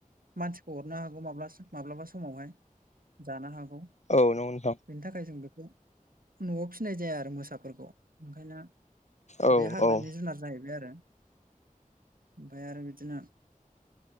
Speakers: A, on the right; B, on the left.
A: मानसिखौ हरनो हागौ माब्ला माब्लाबा समावहाय जानो हागौ
B: औ नंगौ नोंथां
A: बेनि थाखाय जों बेखौ न'आव फिनाय जाया आरो मोसाफोरखौ ओंखायनो
B: औ
A: बे हाग्रानि जुनार जाहैबाय आरो ओमफ्राय आरो बि बिदिनो